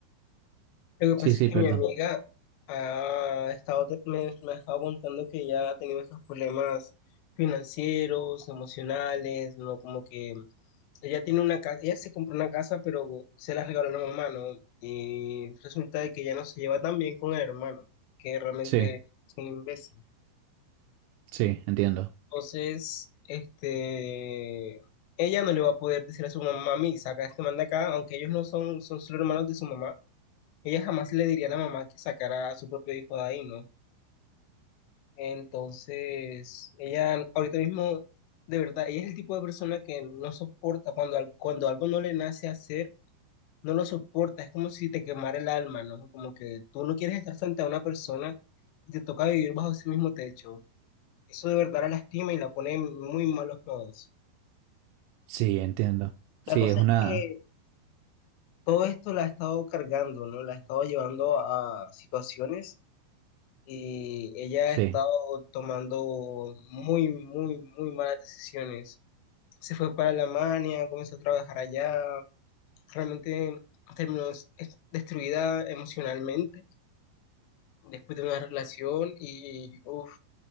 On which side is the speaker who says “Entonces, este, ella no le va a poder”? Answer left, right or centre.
Left